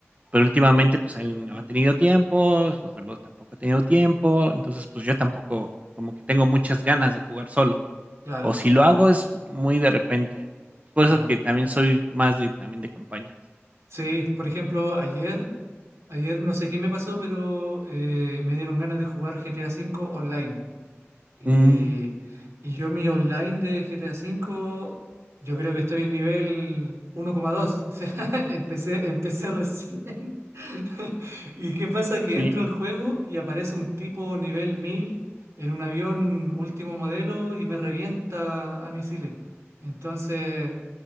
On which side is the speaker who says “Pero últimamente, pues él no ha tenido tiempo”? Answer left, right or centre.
Right